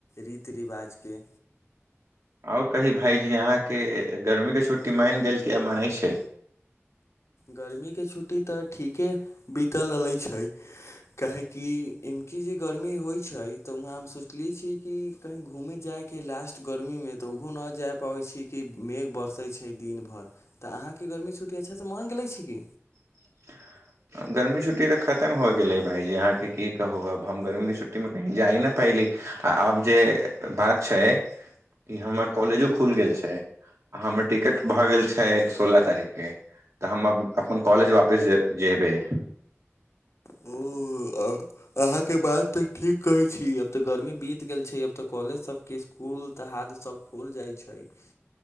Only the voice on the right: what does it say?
आओर कही भायजी अहाँके गर्मीके छुट्टी मानि गेल कि आ मानै छै
<inaudible> गर्मी छुट्टी तऽ खतम हो गेले भाईजी अहाँके की कहू अब हम गर्मी के छुट्टी मे कही जाही ना पइली आ आब जे बात छै कि हमर कॉलेजो खुलि गेल छै आ हमर टिकट भऽ गेल छै सोलह तारीखके तऽ हम अपन कॉलेज वापिस जेबै